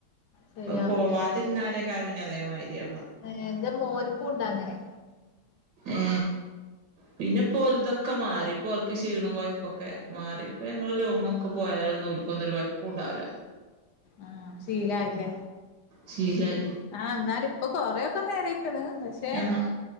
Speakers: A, on the left; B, on the right.
A: ശരിയാവൂല്ലേ
B: പോവാതിരുന്നാലേ കാര ന്നെ അതേമാതിരിയാവും
A: <unintelligible> ന്റെ മോനുക്കുണ്ട്ങ്ങനെ
B: ഏ പിന്നെ പോൽതൊക്കെ മാറി ഇപോൽക്ക് ക്ഷീണോ കോയക്കൊക്കെ മാറി ഇപ്പൊ ഞങ്ങള് ലോങ്ങൊക്കെ പോയാലൊന്നും ഓൽക്കൊന്നും ഒരു കൊയപ്പോംണ്ടാവില്ല
A: ആ ശീലായില്ലേ
B: ശീലായി
A: ആ എന്നാലിപ്പൊ കൊറെയൊക്കെ നേരയ്ക്കണ് പഷെ
B: ഞങ്ങ